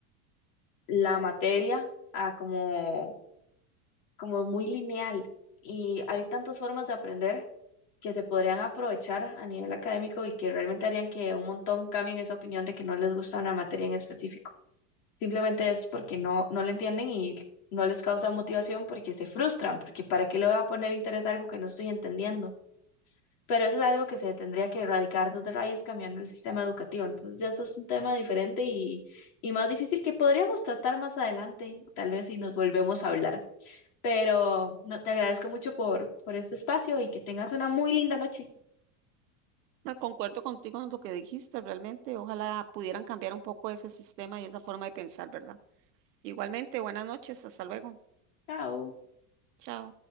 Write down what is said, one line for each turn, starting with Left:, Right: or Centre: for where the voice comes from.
Left: la materia a como, como muy lineal y hay tantas formas de aprender que se podrían aprovechar a nivel académico y que realmente harían que un montón cambien esa opinión de que no les gusta una materia en específico. Simplemente es porque no, no la entienden y no les causa motivación porque se frustran, porque ¿para qué le voy a poner interés a algo que no estoy entendiendo? Pero eso es algo que se tendría que erradicar desde raíz cambiando el sistema educativo. Entonces ya eso es un tema diferente y, y más difícil que podríamos tratar más adelante, tal vez si nos volvemos a hablar. Pero no, te agradezco mucho por, por este espacio y que tengas una muy linda noche.
Right: No, concuerdo contigo en lo que dijiste, realmente. Ojalá pudieran cambiar un poco ese sistema y esa forma de pensar, ¿verdad? Igualmente, buenas noches, hasta luego.
Left: Chao.
Right: Chao.